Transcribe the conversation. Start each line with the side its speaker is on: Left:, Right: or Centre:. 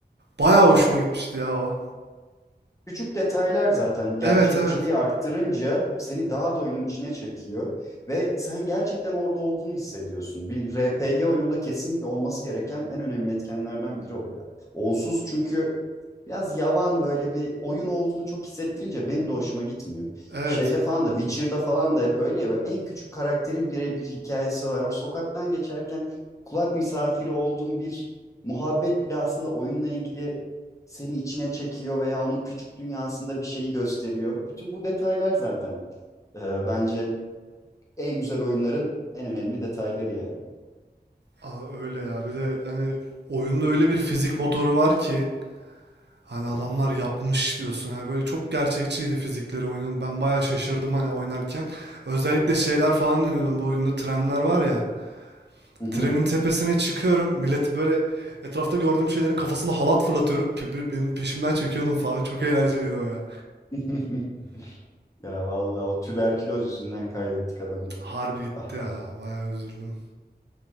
Right: bayağı hoşuma gitmişti ya o.
Left: Küçük detaylar zaten gerçekçiliği
Right: Evet evet.
Left: arttırınca seni daha da oyunun içine çekiyor ve sen gerçekten orada olduğunu hissediyorsun. Bir RPG oyununda kesinlikle olması gereken en önemli etkenlerden biri o ya. Onsuz çünkü biraz yavan böyle bir oyun olduğunu çok hissettirince benim de hoşuma gitmiyor.
Right: Evet.
Left: Şeyde falan da Witcher'da falan da hep öyle ya böyle en küçük karakterin birebir hikayesi var. O sokaktan geçerken kulak misafiri olduğun bir muhabbet bile aslında oyunla ilgili seni içine çekiyor veya onun küçük dünyasında bir şeyi gösteriyor. Bütün bu detaylar zaten e, bence en güzel oyunların en önemli detayları yani.
Right: Aa, öyle ya. Bir de hani oyunda öyle bir fizik motoru var ki Hani
Left: Tabii.
Right: adamlar yapmış diyorsun ya böyle çok gerçekçiydi fizikleri oyunun. Ben bayağı şaşırdım hani oynarken. Özellikle şeyler falan diyordum bu oyunda trenler var ya.
Left: Hı hı.
Right: Trenin tepesine çıkıyorum. Milleti böyle etrafta gördüğüm şeylerin kafasına halat fırlatıyorum. Pe- böyle Benim peşimden çekiyordum falan. Çok eğlenceliydi o ya.
Left: <laughs> Ya vallahi o tüberküloz yüzünden kaybettik adamı.
Right: Harbi gitti
Left: <laughs>
Right: ya. Bayağı üzüldüm.